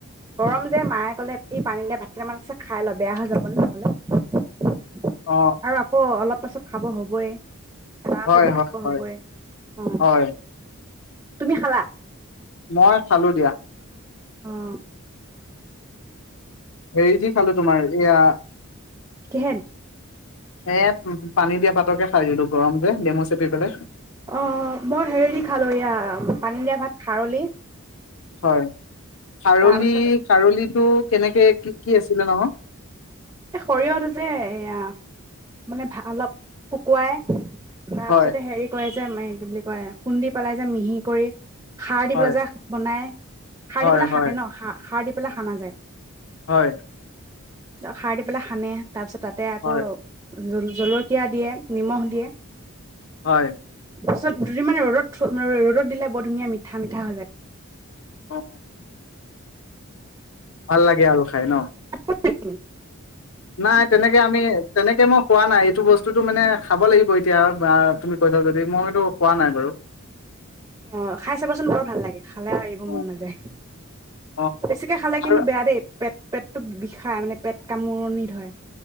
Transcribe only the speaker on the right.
গৰম যে মায়ে কলে ই পানী দা ভাতকেইটামান আছে খাই ল বেয়া হৈ যাব ন নহলে আৰু
আকৌ অলপ তাৰ পাছত খাব হ'বই এটামান
বাজি
খাব
হ'বই অ
তুমি খালা
আহ
কেহেন
অ মই হেৰি দি খালো এয়া পানী দিয়া ভাত খাৰলি
তাৰপিছত
এ সৰিয়হটো যে এয়া মানে অলপ শুকুৱাই তাৰপিছতে
হেৰি কৰি আছে যে ম কি বুলি কয় খুন্দি পেলাই যে মিহি কৰি সাৰ দিবলৈ
যায় বনাই সাৰ
দিবলৈ
খানে ন সাৰ পেলাই সানা যায়।
সাৰ দি পেলাই সানে তাৰপিছত তাতে আকৌ
জলকীয়া দিয়ে নিমখ দিয়ে।
তাৰপিছত দুদিন মানে'দত থ ৰ'দত দিলে বৰ ধুন মঠা মিঠা হৈ যায়
টি
অ খাই চাবাচোন বৰ ভাল লাগে খালেও এৰিব
মন নাযায়
বেছিকে খালে
কিন্তু বেয়া দেই পেট পেটটো বিষাই মানে পেট কামোৰণি ধৰে